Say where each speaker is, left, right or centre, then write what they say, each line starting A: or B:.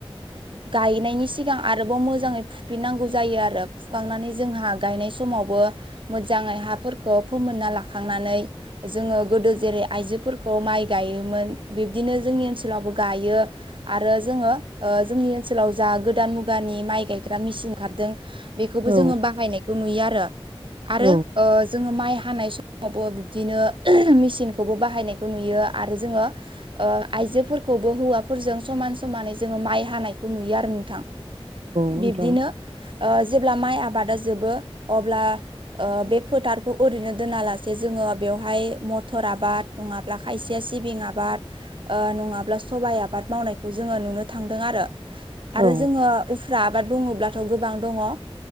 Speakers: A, on the right (about 55°); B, on the right (about 75°).
A: गायनायनि सिगां आरोबाव मो मोजाङै फुफिननांगौ जायो आरो फुखांनानै जोंहा गायनाय समावबो मोजाङै हाफोरखौ फोमोनना लाखांनानै जोङो गोदो जेरै आइजोफोरखौ माइ गायोमोन बिब्दिनो जोंनि ओनसोलावबो गायो आरो जोङो ओ जोंनि ओनसोलाव जा गोदान मुगानि माइ गायग्रा मेसिन ओंखिरदों बेखौबो
B: औ
A: जोङो बाहायनायखौ नुयो आरो आरो
B: औ
A: जोङो ओ माइ हानाय समावबो बिब्दिनो मेसिनखौबो बाहायनाय नुयो आरो जोङो आइजोफोरखौबो हौवाफोरजों समान समानै जोङो माइ हानायखौ नुयो आरो नोंथां
B: नोंथां
A: बिब्दिनो जेब्ला माइ आबादा जोबो अब्ला बे फोथारखौ ओरैनो दोनालासे जोङो बेवहाय मथर आबाद नङाब्ला खायसेया सिबिं आबाद नङाब्ला सबाइ आबाद मावनायखौ जोङो नुनो थांदों आरो आरो
B: औ
A: जोङो उफ्रा आबाद बुङोब्लाथ' गोबां दङ ओ